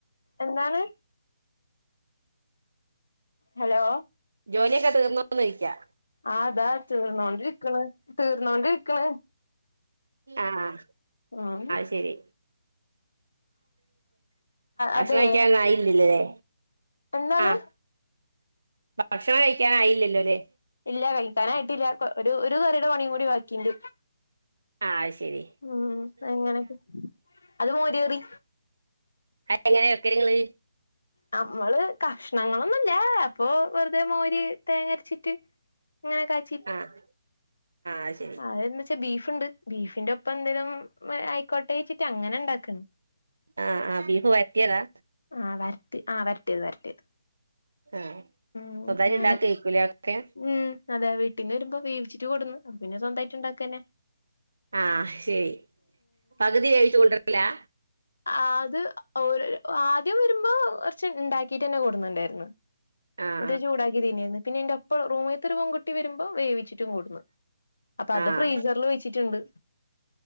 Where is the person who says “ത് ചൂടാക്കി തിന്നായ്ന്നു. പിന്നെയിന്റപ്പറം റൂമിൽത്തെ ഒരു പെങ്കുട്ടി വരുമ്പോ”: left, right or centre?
Left